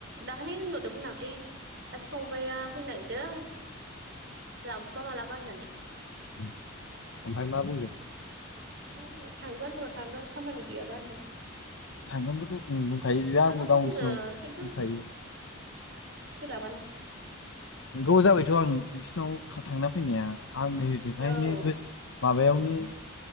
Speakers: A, on the right; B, on the left.
A: दाखालि होनहरदोंमोन आं ओइ सासे फंबाया फैनो नागिरदों लाबोफा मालाबा होननानै।
B: ओमफ्राय मा बुंदों?
A: मा बुंनो थांगोन र' थांगोन खामानि गैयाबा होनदों।
B: थांगोनखोथ' उ बुंखायो बेयो आंबो
A: थांगोनथ'
B: गावनि
A: बुङो
B: सिगांआव
A: खिन्थु
B: बुंखायो।
A: सोलाबाना।
B: नंगौ जाबायथ' आं नोंसिनाव थांना फैनाया। आंनो ओजोंहायनो
A: औ
B: गोज माबायावनो